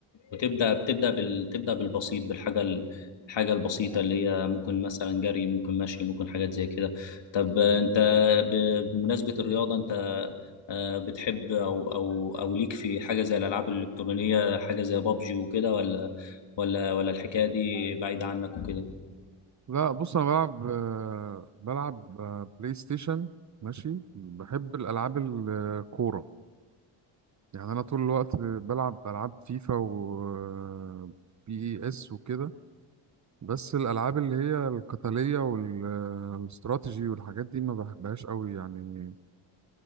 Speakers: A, on the left (about 60°); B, on the right (about 35°).
A: وتبدا بتبدا بال... تبدا بالبسيط بالحاجه ال... الحاجه البسيطه اللي هي ممكن مثلا جري ممكن مشي ممكن حاجات زي كده طب آه، انت ب... بمناسبه الرياضه انت آه، بتحب او او او ليك في حاجه زي الالعاب الالكترونيه حاجه زي بابجي وكده ولا ولا ولا الحكايه دي بعيده عنك وكده
B: لا بص انا بلعب آه، بلعب آه، بلاي ستيشن ماشي بحب الالعاب الكورة يعني انا طول الوقت بلعب العاب فيفا و بي اي اس وكده بس الالعاب اللي هي القتالية والاستراتيجي والحاجات دي ما بحبهاش قوي يعني